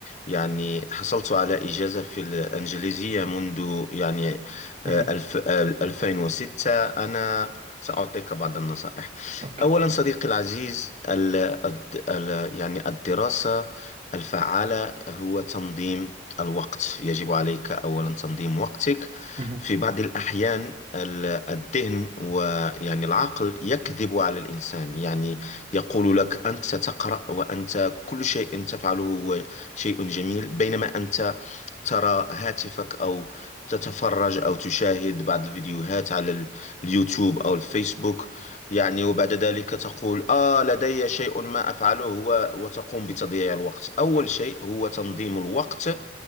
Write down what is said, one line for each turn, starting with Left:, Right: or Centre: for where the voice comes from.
Left: يعني حصلت على إجازة في الإنجليزية منذ يعني
Right: مهم.
Left: آه، الف آه، 2006 أنا سأعطيك بعض النصائح
Right: اوكي
Left: أولا صديقي العزيز ال الد- ال يعني الدراسة الفعالة هو تنظيم الوقت يجب عليك أولا تنظيم وقتك
Right: مهم.
Left: في بعض الأحيان ال- الذهن ويعني العقل يكذب على الإنسان يعني يقول لك أنت تقرأ وأنت كل شيء تفعله هو شيء جميل بينما أنت ترى هاتفك أو تتفرج أو تشاهد بعض الفيديوهات على ال- اليوتيوب أو الفيسبوك يعني وبعد ذلك تقول آه لدي شيء ما أفعله و- وتقوم بتضييع الوقت أول شيء هو تنظيم الوقت